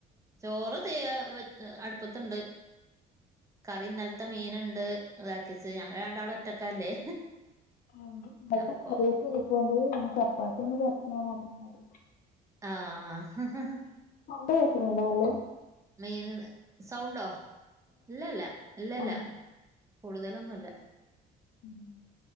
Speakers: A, on the right (about 20°); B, on the left (about 55°).
A: ചോറ് തീ യാ വെ അടുപ്പത്ണ്ട്. കറി ഇന്നൽത്. ഇന്നലത്തെ മീന ണ്ട് ഇതാക്കിച്ച് ഞ ങ്ങൾ രണ്ട് ആള് ഒറ്റക്കല്ലേ
B: ഇന്നലത്തെ
A: അപ്പൊ
B: <unintelligible> ചപ്പാത്തി ഒന്ന് പരത്തി <unintelligible>
A: ആഹ്, ആഹ് <inaudible>
B: ഫുഡ്‌ <unintelligible>
A: മെയിന് സൗണ്ടോ ഇല്ലല്ല ഇല്ലല്ല
B: ആഹ്
A: കൂടുതലൊന്നുല്ല
B: ഉം